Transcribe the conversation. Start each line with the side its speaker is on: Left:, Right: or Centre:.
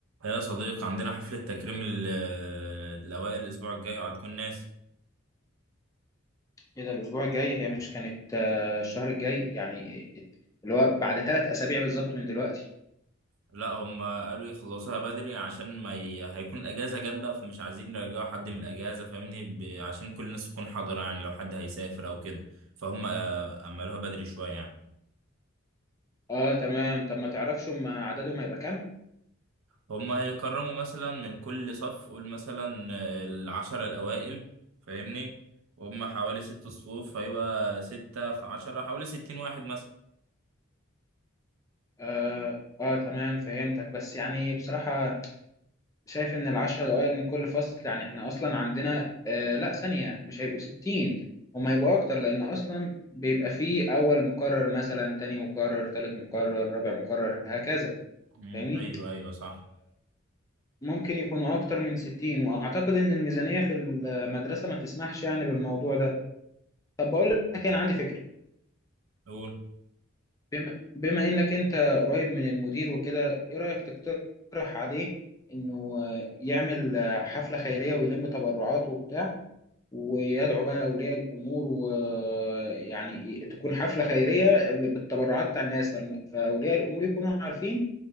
Right: يا صديقي عندنا حفلة تكريم ال- الأوائل الأسبوع الجاي وهتكون ناس
Left: ايه ده الاسبوع الجاي هي مش كانت آه، الشهر الجاي يعني اللي هو بعد ثلاث اسابيع بالظبط من دلوقتي
Right: لا هم قالوا يخلصوها بدري عشان ما ي... هيكون الأجازة جت بقى فمش عايزين يرجعوا حد من الأجازة فاهمني ب... عشان كل الناس تكون حاضرة يعني لو حد هيسافر أو كده فهم آه، عملوها بدري شوية يعني
Left: اه تمام طب ما تعرفش هم عددهم هيبقى كام
Right: هم هيكرموا مثلا من كل صف قول مثلا آه، العشرة الأوائل فاهمني وهم حوالي ست صفوف فيبقى ستة في عشرة حوالي ستين واحد مثلا
Left: آه, اه تمام فهمتك بس يعني بصراحة شايف ان العشرة الاوائل من كل فصل يعني احنا اصلا عندنا آه لا ثانية مش هيبقوا ستين هم هيبقوا اكتر لان اصلا بيبقى فيه اول مقرر مثلا تاني مقرر تالت مقرر رابع مقرر هكذا
Right: مم،
Left: فاهمني
Right: أيوه أيوه صح
Left: ممكن يكونوا أكتر من 60 وأعتقد إن الميزانية في المدرسة ما تسمحش يعني بالموضوع ده طب بقول لك
Right: مم.
Left: إيه، أنا عندي فكرة
Right: قول
Left: بما, بما إنك أنت قريب من المدير وكده إيه رأيك تقترح عليه إنه يعمل حفلة خيرية ويلم تبرعات وبتاع ويدعو بقى أولياء الأمور ويعني تكون حفلة خيرية بالتبرعات بتاع الناس فالم- فأولياء الأمور يكونوا عارفين